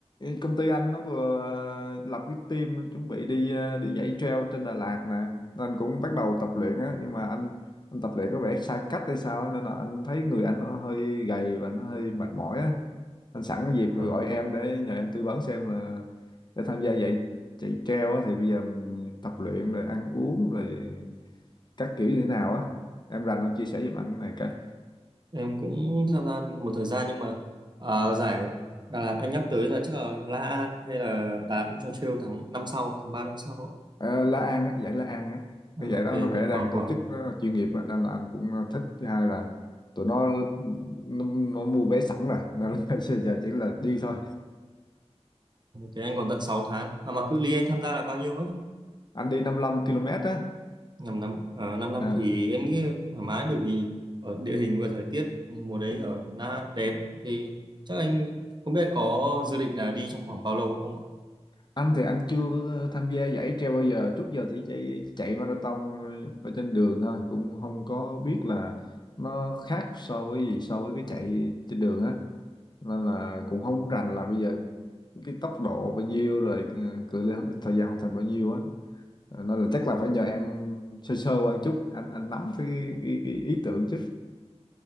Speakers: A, on the left (about 40°); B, on the right (about 40°).
A: công ty anh nó vừa uh, lập cái team chuẩn bị đi uh, đi dãy trail trên Đà Lạt nè, nên cũng bắt đầu tập luyện á, nhưng mà anh anh tập luyện có vẻ sai cách hay sao á, nên là anh thấy người anh nó hơi gầy và nó hơi mệt mỏi á. Anh sẵn cái dịp
B: Ờ,
A: rồi gọi em để nhờ em tư vấn xem là để tham gia dãy chạy trail á thì bây giờ mình tập luyện rồi ăn uống rồi các kiểu như thế nào á. Em rành không chia sẻ giùm anh cái này
B: em cũng tham gia một thời gian nhưng mà ờ, giải Đà Lạt anh nhắc tới là chắc là La An hay là Đà Lạt cho Trail tháng năm sau, tháng 3 năm sau.
A: Ờ, La An á, giải La An á. Cái
B: À,
A: giải
B: ok
A: đó
B: thì
A: nó vẽ đang
B: còn
A: tổ
B: khoảng
A: chức nó chuyên nghiệp á, nên là anh cũng ờ, thích. Thứ hai là tụi nó nó, nó mua vé sẵn rồi nên là <laughs> giờ chỉ là đi thôi.
B: thế anh còn tận sáu tháng. À mà cự ly anh tham gia là bao nhiêu á?
A: Anh đi 55 km á.
B: năm năm uh, 5 năm
A: Ờ,
B: thì em nghĩ thoải mái bởi vì ở địa hình và thời tiết mùa đấy ở Na đẹp thì chắc anh không biết anh có dự định là đi trong khoảng bao lâu không
A: Anh thì anh chưa có tham gia giải trail bao giờ. Trước giờ chỉ chạy chạy marathon ở trên đường thôi, cũng không có biết là nó khác so với gì so với cái chạy trên đường á. Nên là cũng không rành là bây giờ cái tốc độ bao nhiêu rồi ờ, cự ly thời gian hoàn thành bao nhiêu á nên là chắc là phải nhờ em sơ sơ qua chút anh anh nắm cái, cái, cái ý tưởng chứ